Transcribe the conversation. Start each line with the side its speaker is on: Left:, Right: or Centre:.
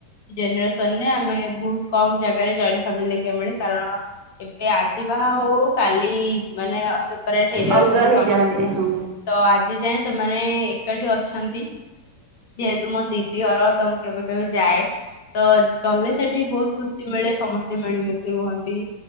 Left: ଜେନେରେସନରେ ଆମେ ବହୁତ୍ କମ୍ ଜାଗାରେ ଜଏଣ୍ଟ୍ ଫାମିଲି ଦେଖିବାକୁ ମିଳେ କାରଣ। ଏ ଆଜି ବାହାହଉ ହଉ କାଲି ମାନେ ଅ ସେପାରେଟ୍ ହେଇ ଯାଉଛନ୍ତି
Right: ଅଲଗା ହେଇଯାଆନ୍ତି
Left: ସମସ୍ତେ।
Right: ହଁ
Left: ତ ଆଜି ଯାଏଁ ସେମାନେ ଏକାଠି ଅଛନ୍ତି। ଯେହେତୁ ମୋ ଦିଦି ହର ତ ମୁଁ କେବେ କେବେ ଯାଏ। ତ ଗଲେ ସେଠି ବହୁତ ଖୁସି ମିଳେ ସମସ୍ତେ ମିଳିମିଶି ରୁହନ୍ତି।